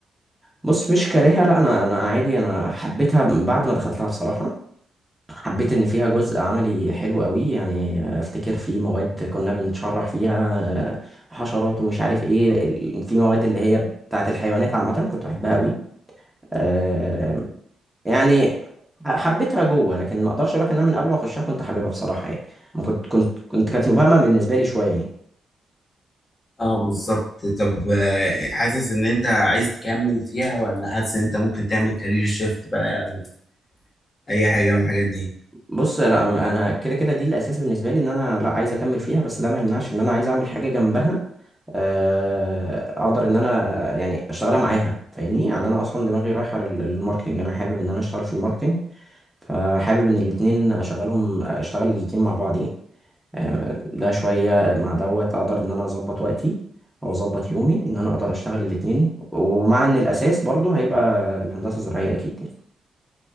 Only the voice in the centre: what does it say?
بص مش كارهها لا انا انا عادي انا حبيتها بعد ما دخلتها بصراحة حبيت ان فيها جزء عملي حلو قوي يعني افتكر في مواد كنا بنشرح فيها آه، حشرات ومش عارف ايه ال- في مواد اللي هي بتاعت الحيوانات عامة كنت بحبها قوي آه، يعني ح- حبيتها جوه لكن ما اقدرش اقول لك ان انا من قبل ما اخشها كنت حاببها بصراحة يعني ما كنت كنت كنت كانت مبهمة بالنسبة لي شوية يعني
بص لا أم- انا كده كده دي الاساس بالنسبة لي ان انا لا عايز اكمل فيها بس ده ما يمنعش ان انا عايز اعمل حاجة جنبها آه، اقدر ان انا يعني اشتغلها معاها فاهمني يعني انا اصلا دماغي رايحه لل- للماركتينج انا حابب ان انا اشتغل في الماركتينج فحابب ان الاتنين اشغلهم اشتغل الاتنين مع بعض يعني آه، ده شويه مع دوت اقدر ان انا اظبط وقتي او اظبط يومي ان انا اقدر اشتغل الاتنين ومع ان الاساس برضو هيبقى الهندسه الزراعيه اكيد يعني.